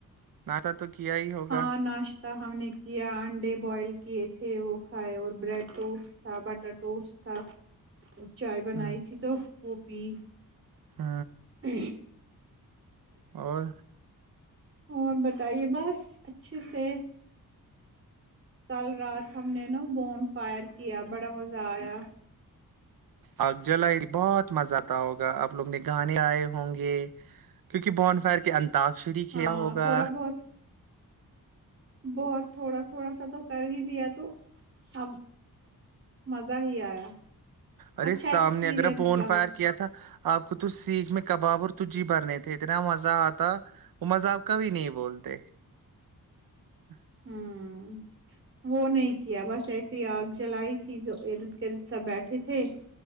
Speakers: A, on the right; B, on the right.
A: ناشتہ تو کیا ہی ہوگا
B: ہاں ناشتہ ہم نے کیا انڈے بوائل کیے تھے وہ کھائے اور بریڈ ٹوسٹ تھا بٹر ٹوسٹ تھا چائے بنائی
A: ہ
B: تھی تو وہ پی
A: ہ
B: ا
A: اور
B: اور بتائیے بس اچھے سے کل رات ہم نے نا بون فائر کیا بڑا مزہ آیا
A: آ جلائی بہت مزہ آتا ہوگا آپ لوگ نے گانے گائے ہوں گے کیونکہ بورن فائر کے اندر تکشری کیا
B: ہاں
A: ہوگا
B: تھوڑا بہت بہت تھوڑا تھوڑا سا تو کر ہی لیا تو اب مزہ ہی آیا
A: ارے
B: اچھا ایکسپیرئنس
A: سامنے اگر فون
B: رہا
A: فائر کیا تھا آپ کو تو سیکھ میں کباب اور تجی بھرنے تھے اتنا مزہ آتا وہ مذاق کبھی نہیں بولتے تے
B: ہوں وہ نہیں کیا بس ایسے ہی آگ جلائی تھی جو ارد گرد سب بیٹھے تھے